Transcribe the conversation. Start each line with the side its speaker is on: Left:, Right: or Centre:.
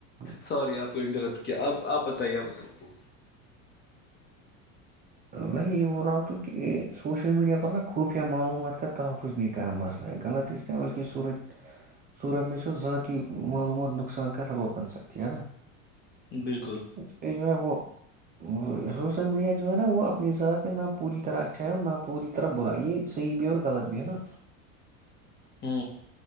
Right: جی
Left: سوراری آپ کو انٹرپٹ کیا آپ آپ بتائیے آپ بتائیے
Right: میں یہ بول رہا ہوں ت کہ سوشل میڈیا پر ن نہ خوفیہ معلومات کا تحفظ بھی کا مسلہ ہے غلط استعمال صور صورت میں س ذاتی معلومات نقصان کا سبت بن سکتی ہے نا
Left: بالکل
Right: اس پہ جو ہے وہ وہ سوشل میڈیا ہے نا وہ اپنی ذ میں نہ پور طرح اچھا ہے نہ پوری طرح برا یہ صحیح بھی اورغ نا
Left: ت